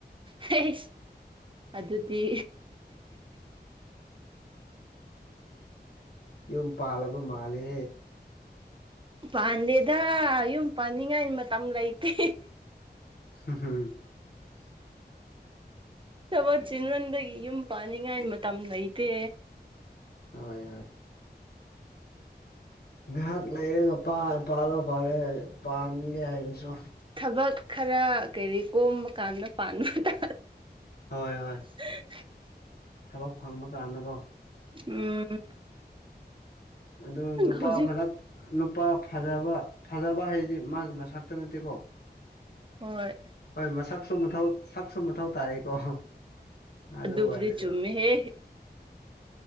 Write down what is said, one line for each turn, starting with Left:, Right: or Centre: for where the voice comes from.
Right: ꯍꯩꯁ ꯑꯗꯨꯗꯤ
Left: ꯌꯨꯝ ꯄꯥꯜꯂꯕ ꯃꯥꯜꯂꯦ
Right: ꯄꯥꯟꯗꯦꯗ ꯌꯨꯝ ꯄꯥꯥꯟꯅꯤꯡꯉꯥꯏ ꯃꯇꯝ ꯂꯩꯇꯦ
Left: ꯍꯨ ꯍꯨ <inaudible>
Right: ꯊꯕꯣꯠ ꯆꯤꯟꯃꯟꯕꯒꯤ ꯌꯨꯝ ꯄꯥꯟꯅꯤꯡꯉꯥꯏ ꯃꯇꯝ ꯂꯩꯇꯦ
Left: ꯍꯣꯏ ꯍꯣꯏ ꯉꯥꯍꯥꯛ ꯂꯩꯔꯒ ꯄꯥꯜ ꯄꯥꯜꯂꯣ ꯄꯥꯜꯂꯣ ꯄꯥꯟꯒꯦ ꯍꯥꯏꯔꯁꯨ
Right: ꯊꯕꯛ ꯈꯔ ꯀꯩꯔꯤ ꯀꯣꯝꯕ ꯀꯥꯟꯗ ꯄꯥꯟꯕ ꯇꯥ
Left: ꯍꯣꯏ ꯍꯣꯏ
Right: <unintelligible>
Left: ꯊꯕꯛ ꯐꯪꯕ ꯀꯥꯟꯗꯀꯣ
Right: ꯎꯝ
Left: ꯑꯗꯨ ꯅꯨꯄꯥ
Right: ꯍꯧꯖꯤꯛ
Left: ꯐꯔꯛ ꯅꯨꯄꯥ ꯐꯖꯕ ꯐꯖꯕ ꯍꯥꯏꯗꯤ ꯃꯥꯒꯤ ꯃꯁꯛ ꯇ ꯅꯠꯇꯦꯀꯣ
Right: ꯍꯣꯏ
Left: ꯍꯣꯏ ꯃꯁꯛꯁꯨ ꯃꯊꯧ ꯁꯛꯁꯨ ꯃꯊꯧ ꯇꯥꯏ ꯑꯣ ꯑꯗꯨ
Right: ꯑꯗꯨꯕꯨꯗꯤ
Left: ꯑꯣꯏꯔꯁꯨ
Right: ꯆꯨꯝꯃꯦꯍꯦ